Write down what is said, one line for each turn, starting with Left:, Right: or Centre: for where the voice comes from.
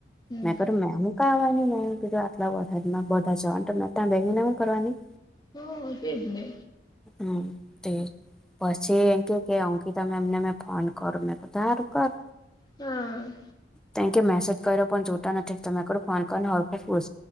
Left: હમ
Centre: મેં કર્યું મેં હું કાવાની મેં કીધું આટલાા બધા જવા મેં ત્યાં બેસીને હું કરવાની.
Left: હમ એજ ને
Centre: હમ તે. પછી એકી કે અંકી તમે એમને મે ફોન કરો મે કીધું હારું કર.
Left: હા.
Centre: ક કે મેસેજ કર્યો પણ જોતા નથી તમેો ફોન કરીને ઓળખો પૂર